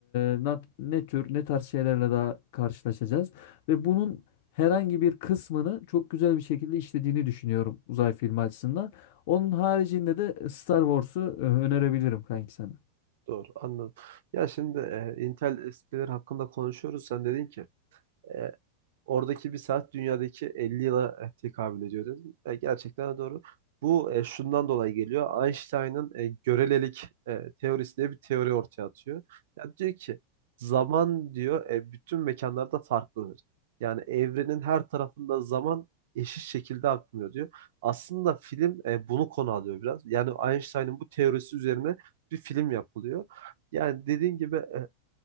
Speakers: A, on the left; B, on the right.
A: e, na- ne tür ne tarz şeylerle daha karşılaşacağız ve bunun herhangi bir kısmını çok güzel bir şekilde işlediğini düşünüyorum uzay filmi açısından. Onun haricinde de Star Wars'u e, önerebilirim kanki sana.
B: Doğru. Anladım. Ya şimdi e, Interstellar hakkında konuşuyoruz. Sen dedin ki e, Oradaki bir saat dünyadaki 50 yıla eh, tekabül ediyor dedim. E, gerçekten de doğru. Bu e, şundan dolayı geliyor. Einstein'ın e, görelilik e, teorisi diye bir teori ortaya atıyor. Yani diyor ki zaman diyor e, bütün mekanlarda farklıdır. Yani evrenin her tarafında zaman eşit şekilde akmıyor diyor. Aslında film e, bunu konu alıyor biraz. Yani Einstein'ın bu teorisi üzerine bir film yapılıyor. Yani dediğin gibi eh,